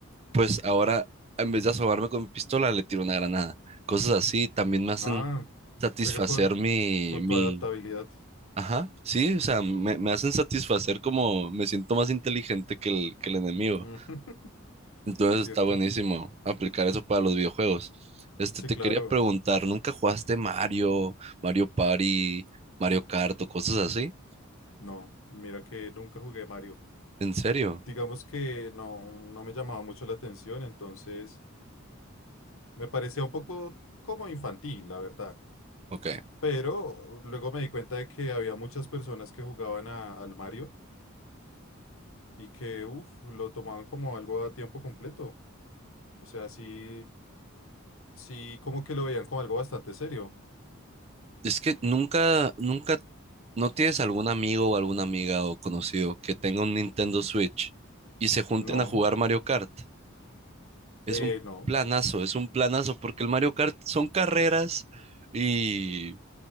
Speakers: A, on the right (about 30°); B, on the left (about 70°).
A: pues ahora en vez de asomarme con mi pistola le tiro una granada. Cosas así también me hacen
B: Ah,
A: satisfacer
B: juega con,
A: mi,
B: con
A: mi,
B: tu adaptabilidad.
A: ajá, sí, o sea, me, me hacen satisfacer como me siento más inteligente que el, que el enemigo.
B: Ujú, <laughs>
A: Entonces
B: Es cierto.
A: está buenísimo aplicar eso para los videojuegos. Este,
B: Sí,
A: te
B: claro.
A: quería preguntar, ¿nunca jugaste Mario, Mario Party, Mario Kart o cosas así?
B: No, mira que nunca jugué Mario.
A: ¿En serio?
B: Digamos que no, no me llamaba mucho la atención, entonces me parecía un poco como infantil, la verdad.
A: Ok.
B: Pero luego me di cuenta de que había muchas personas que jugaban a- al Mario y que, uff, lo tomaban como algo a tiempo completo. O sea, sí. Sí, como que lo veían como algo bastante serio.
A: Es que nunca, nunca, ¿no tienes algún amigo o alguna amiga o conocido que tenga un Nintendo Switch y se junten
B: No,
A: a jugar Mario Kart? Es
B: eh,
A: un
B: no,
A: planazo, es un planazo, porque el Mario Kart son carreras y